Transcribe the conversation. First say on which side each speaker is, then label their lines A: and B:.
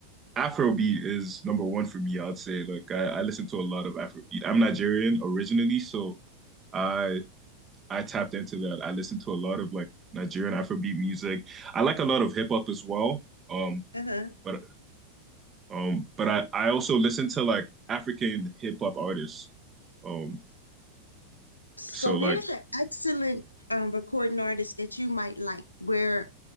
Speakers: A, on the right; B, on the left.
A: Afrobeat is number one for me, I'd say. Like I, I listen to a lot of Afrobeat. I'm Nigerian originally, so I I tapped into that. I listen to a lot of like Nigerian Afrobeat music. I like a lot of hip hop as well. Um,
B: Uh-huh.
A: but um, but I, I also listen to like African hip hop artists. Um,
B: So
A: so like
B: there's an excellent um, recording artist that you might like where